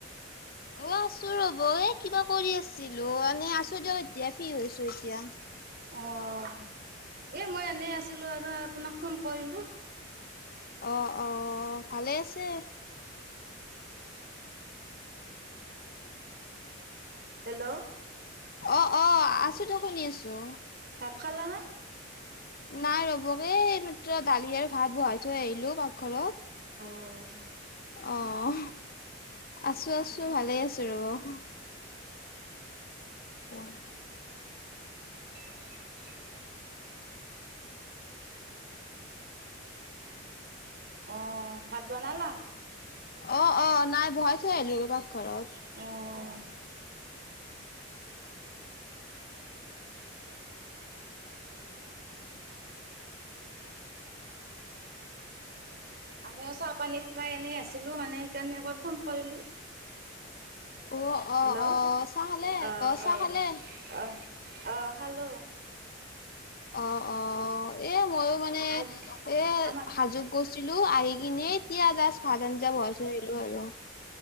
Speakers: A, on the left; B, on the right.
A: অ' আছো ৰ'ব এ কিবা কৰি আছিলো মােন আছো দিয়ক এতিয়া ফ্ৰী হৈছো এতিয়া।
B: অ' এই মই এনেই আছিলোঁ আৰু আপোনাক ফোন কৰিলোঁ।
A: অ', অ' ভালে আছে।
B: হেল্ল'?
A: অ', অ' আছো দক শুনি আছো।
B: ভাত খালা না?
A: নাই ৰ'ব বে এই মাত্ৰ দালি আৰু ভাত বহাই থৈ আহিলো পাকঘৰত।
B: অ'।
A: অ' আছো আছো ভালে আছো ৰ'ব। অ'।
B: <inaudible> অ' ভাত বনালা?
A: অ', অ' নাই বহাই থৈ আহিলো পাকঘৰত।
B: অ'। আমিও চাহ পানী খাই এনেই আছিলো মানে সেইকাৰণে এবাৰ ফোন কৰিলো।
A: অ
B: হেল্ল'
A: অ অ চাহ খালে
B: আহ
A: অ চাহ
B: আহ
A: খালে
B: আহ আহ হ্ল'।
A: অ', অ' এ মইো মানে
B: আজ
A: এ
B: আমাৰ
A: সাজু গৈছিলো আহি কিনে এতিয়া জাষ্ট ভাত আঞ্জা বাই থ আহিলো আৰু।